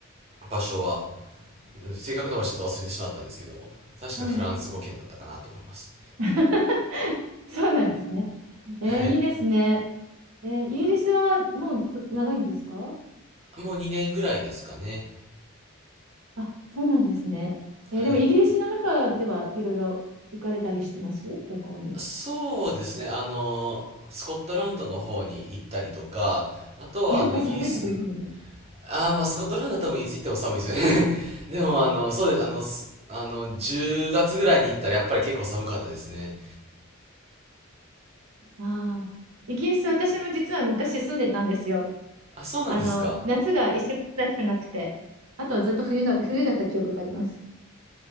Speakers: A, on the right; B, on the right.
A: 場所は、正確な場所ちょっと忘れてしまったんですけども、確かフランス語圏だったかなと思います。
B: はい。<laughs> そうなんですね。
A: はい。
B: えーいいですね。えーイギリスはもう長いんですか
A: もう2年ぐらいですかね。
B: あ、そうなんですね。
A: はい。
B: えーでもイギリスの中ではいろいろ行かれたりしてます旅行に。
A: そうですね。あの、スコットランドの方に行ったりとか、あとはあの、
B: やっぱ寒いとこ行くんですね。
A: イギリス、ああ、まあ、スコットランドは多分いつ行っても寒いですよね。<laughs> でもあの、そうです。あの、すあの、10月ぐらいに行ったらやっぱり結構寒かったですね。
B: ああ、イギリス私も実は昔住んでたんですよ。
A: あ、そうなんですか。
B: あの、夏が一色くらいしかなくて、あとはずっと冬だ、冬だった記憶があります。